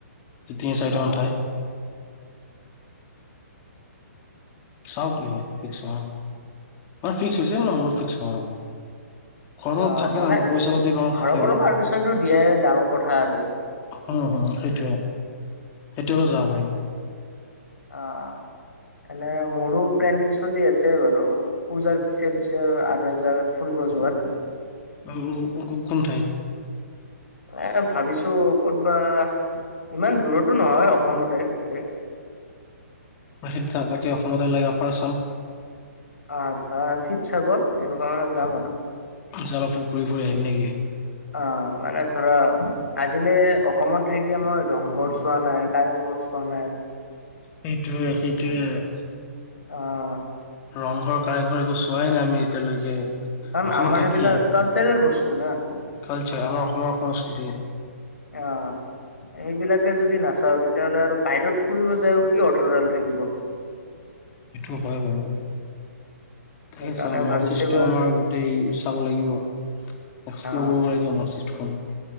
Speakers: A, on the left; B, on the left.
A: তিনি চাৰিটা
B: অ',
A: মান ঠাই। চাওঁ কি হয় ফিক্স হোৱা নাই, মানে ফিক্স
B: আচ্ছা
A: হৈছে মানে মোৰ ফিক্স হোৱা নাই। ঘৰত
B: অ',
A: থাকে
B: মানে
A: ন অলপ থাকে ন অলপ পইচা পাতিৰ কাৰণে
B: ঘৰৰ
A: থাকে
B: পৰা
A: অলপ।
B: পাৰ্মিচনটো দিয়াই ডাঙৰ কথা আৰু
A: হুম, সেইটোৱে সেইটো হলে যাব পাৰিম।
B: অঁ' এনে মোৰো প্লেনিং চলি আছে বাৰু। পূজাৰ পিছে পিছে আৰু এজেগাত ফুৰিব যোৱাত।
A: অ' কোন কোন কোনঠাইত?
B: এ ভাবিছো ক'তবা ইমান দূৰতো নহয়, অসমতে দে।
A: প্ৰসিদ্ধ‌ লাগে অসমতে লাগে আপাৰ আচাম।
B: আৎচ্ছা শিৱসাগৰ এনেকুৱা ফালে যাম আৰু।
A: যাবা খুব ফুৰি ফুৰি আহিম নেকি?
B: অঁ' মানে ধৰা, আজিলে অসমত থাকিও মই ৰংঘৰ চোৱা নাই, কাৰেংঘৰ চোৱা নাই। <inaudible>
A: সেইটোৱে সেইটোৱে।
B: অঁ'
A: ৰংঘৰ, কাৰেংঘৰ এবোৰ চোৱাই নাই আমি এতিয়ালৈকে।
B: কাৰণ,
A: অসমত
B: আমাৰ
A: থাকিয়ে
B: সেইবিলাক কালচাৰেল বস্তু নহয় না।
A: কালচাৰ, আমাৰ অসমৰ সংস্কৃতি।
B: অঁ'। সেইবিলাকে যদি নাচাওঁ, তেতিয়াহ'লে আৰু বাহিৰত ফুৰিবলৈ যায়ও কি অৰ্থডাল থাকিব?
A: সেইটো হয় বাৰু, তাকে
B: সেইকাৰণে
A: চাওঁ নৰ্থৱেষ্ট
B: ভাবিছো এবাৰ
A: আমাৰ। গোটেই চাব লাগিব, এক্সপ্ল'ৰ
B: আহ
A: কৰিব লাগিব নৰ্থৱেষ্টখন।